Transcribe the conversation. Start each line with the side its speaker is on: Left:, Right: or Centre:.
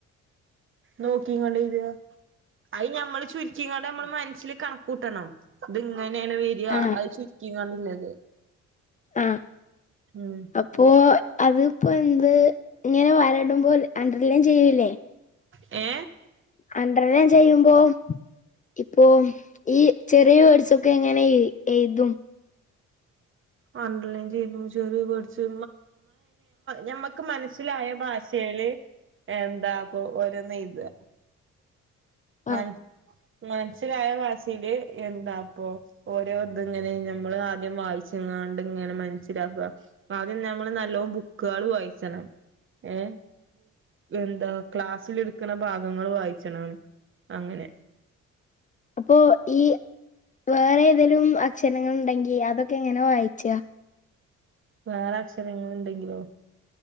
Right: നോക്കിങ്ങാണ്ട് എയ്ദ അയ് ഞമ്മള് ചുരുക്കിങാണ്ട് നമ്മൾ മനസ്സിൽ കണക്കൂട്ടണം ത്ങ്ങനെണ് വര
Left: ആഹ്
Right: അത് ചുരുക്കിക്കാണ്ട് ള്ളതു
Left: ആഹ്
Right: ഉം
Left: അപ്പോ അതിപ്പോ എന്ത് ഇങ്ങനെ വരടുമ്പോ അണ്ടർലൈൻ ചെയ്യൂല്ലേ
Right: ഏ
Left: അണ്ടര് ലൈൻ ചെയ്യുമ്പോ ഇപ്പോ ഈ ചെറിയ വേഡ്സൊക്കെ എങ്ങനെ എഴുതും
Right: അണ്ടർലൈൻ ചെയ്ത ചെറിയ വേഡ്സ് ഞമ്മക്ക് മനസ്സിലായ ഭാഷയില് എന്താ പ്പൊ ഓരോന്നയ്ത മ
Left: ആഹ്
Right: മനസ്സിലായ ഭാഷയില് എന്താപ്പൊ ഓരോ ഇത് ഇങ്ങനെ നമ്മള് ആദ്യം വായി ച്കാണ്ട് ഇങ്ങനെ മനസ്സിലാക്ക ആദ്യം നമ്മള് നല്ലോം ബുക്കുകൾ വായിച്ചണം ഏ എന്താ ക്ലാസ്സ്ൽ ഇട്ക്ണ ഭാഗങ്ങൾ വായിച്ചണം അങ്ങനെ
Left: അപ്പോ ഈ വേറെ ഏതെലും അക്ഷരങ്ങൾ ഉണ്ടെങ്കി അതൊക്കെ എങ്ങനെ വായിച്ച
Right: വേറെ അക്ഷരങ്ങൾ ഇണ്ടെങ്കിലോ